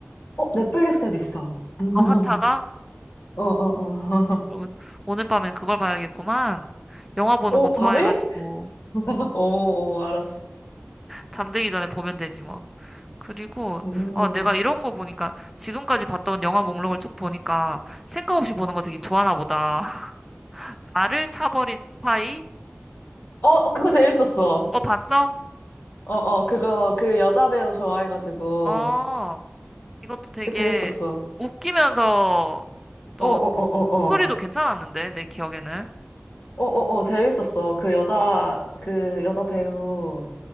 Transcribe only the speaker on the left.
어, 넷플릭스에도 있어. <laughs>
어,
어, 어.
<laughs>
어,
밤에? <laughs> 어, 어, 알았어.
음.
어, 그거 재밌었어.
어, 어, 그거, 그 여자 배우 좋아해가지고.
그 재밌었어.
어, 어, 어, 어, 어.
어, 어, 어, 재밌었어. 그 여자, 그 여자 배우,